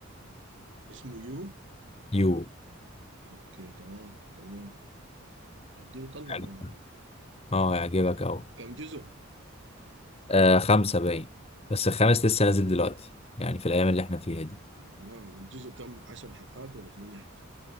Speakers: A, on the right; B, on the left.
A: اسمه يو
B: يو
A: اوكي تمام تمام اديه طلة
B: يعجبك.
A: ده انا يعني.
B: اه يعجبك اهو
A: كم جزء؟
B: آه خمسة باين بس الخامس لسه نازل دلوقتي يعني في الايام اللي احنا فيها دي
A: اها والجزء كم 10 حلقات ولا 8 حلقات